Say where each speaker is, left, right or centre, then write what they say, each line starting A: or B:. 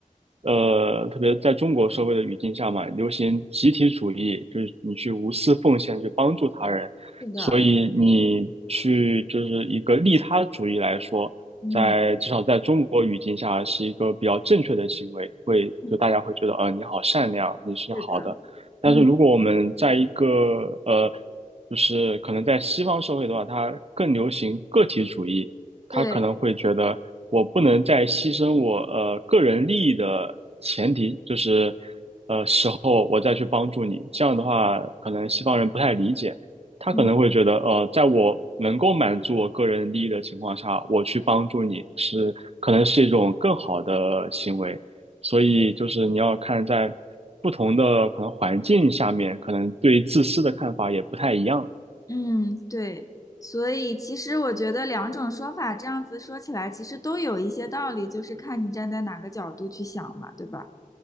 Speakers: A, on the right (about 45°); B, on the left (about 25°).
A: 呃，特别在中国社会的语境下嘛，流行集体主义，就是你去无私奉献，去帮助他人。
B: 是的，
A: 所以你去就是一个利他主义来说，
B: 嗯，
A: 在至少在中国语境下是一个比较正确的行为，会就大家会觉得，
B: 嗯，
A: 呃，你好善良，你是好的。
B: 是的，
A: 但是如果我们在一个呃
B: 嗯，
A: 就是可能在西方社会的话，它更流行个体主义，它可能会觉得我不能再牺牲我呃个人利益的前提，
B: 对，
A: 就是然后我再去帮助你。这样的话，可能西方人不太理解，他可能会觉得呃，
B: 嗯。
A: 在我能够满足我个人利益的情况下，我去帮助你是可能是一种更好的行为。所以就是你要看在不同的可能环境下面，可能对自私的看法也不太一样。
B: 嗯，对，所以其实我觉得两种说法这样子说起来，其实都有一些道理，就是看你站在哪个角度去想嘛，对吧？